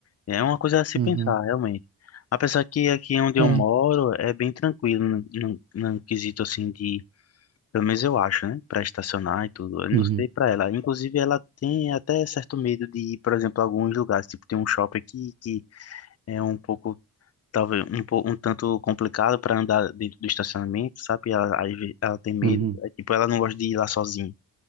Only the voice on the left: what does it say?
É uma coisa a se
pensar, realmente. Apesar que aqui onde
eu moro é bem tranquilo, no, no, no quesito assim de pelo menos eu acho, né? Pra estacionar e tudo. Eu não
sei pra ela. Inclusive, ela tem até certo medo de ir, por exemplo, a alguns lugares. Tipo, tem um shopping aqui que é um pouco, talvez, um, pou- um tanto complicado pra andar dentro do estacionamento, sabe? Ela, às ve- ela tem medo.
É, tipo, ela não gosta de ir lá sozinha.